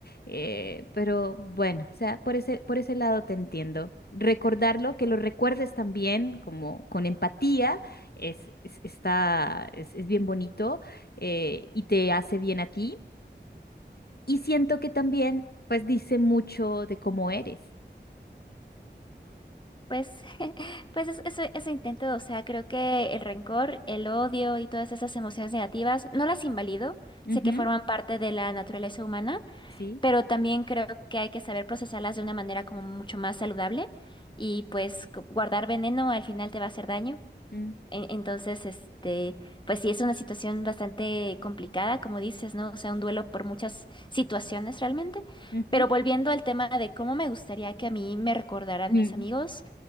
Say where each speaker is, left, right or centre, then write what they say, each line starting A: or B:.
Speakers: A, on the left; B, on the left.
A: Eh, pero bueno, o sea, por ese, por ese lado te entiendo. Recordarlo, que lo recuerdes también como con empatía, es, es- está, es, es bien bonito eh, y te hace bien a ti. Y siento que también, pues, dice mucho de cómo eres.
B: Pues, <laughs> pues es- eso, eso intento, o sea, creo que el rencor, el odio y todas esas emociones negativas, no las invalido,
A: Ujú,
B: sé que forman parte de la naturaleza humana,
A: Sí.
B: pero también creo que hay que saber procesarlas de una manera como mucho más saludable y pues gu- guardar veneno al final te va a hacer daño.
A: Mm,
B: En- Entonces, este, pues sí, es una situación bastante complicada, como dices, ¿no? O sea, un duelo por muchas situaciones realmente.
A: ujú,
B: Pero volviendo al tema de cómo me gustaría que a mí me recordaran
A: mm,
B: mis amigos,